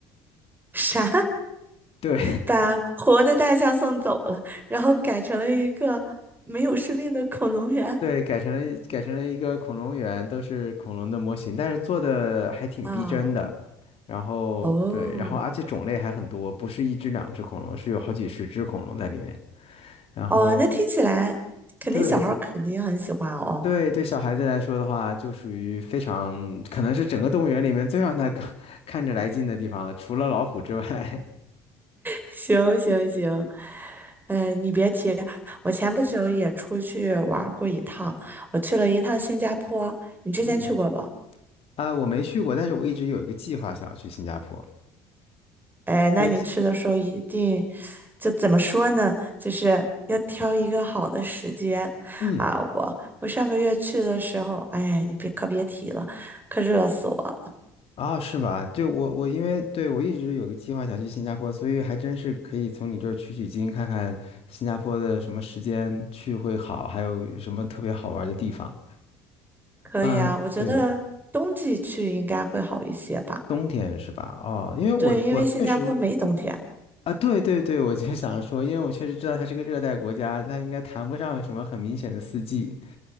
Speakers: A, on the right; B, on the left.
A: <laughs> 啥？
B: 对
A: 把活的大象送走了，然后改成了一个没有生命的恐龙园
B: <laughs> 对，改成了改成了一个恐龙园，都是恐龙的模型，但是做的还挺逼真的。
A: 啊？
B: 然后对，
A: 哦，
B: 然后而且种类还很多，不是一只两只恐龙，是有好几十只恐龙在里面。然后
A: 哦，那听起来肯定小孩儿肯定很喜欢哦。
B: 对，对对，小孩子来说的话，就属于非常可能是整个动物园里面最让他看看着来劲的地方了，除了老虎之外。
A: 行行行，哎，你别提，我前不久也出去玩儿过一趟，我去了一趟新加坡，
B: <laughs>
A: 你之前去过不？
B: 嗯，啊，我没去过，但是我一直有一个计划想要去新加坡，
A: 哎，
B: 所以
A: 那你去的时候一定，就怎么说呢，就是要挑一个好的时间啊！
B: 嗯，
A: 我我上个月去的时候，哎，你别可别提了，可热死我了。
B: 啊，是吗？对，我我因为对我一直有个计划想去新加坡，所以还真是可以从你这儿取取经，看看新加坡的什么时间去会好，还有什么特别好玩的地方。
A: 可以啊，
B: 嗯，
A: 我觉得冬季去应该会好一些吧？
B: 对，冬天是吧？哦，因为我我确实。
A: 对，因为新加坡没冬天。
B: 啊，对对对，我就想说，因为我确实知道它是个热带国家，它应该谈不上什么很明显的四季，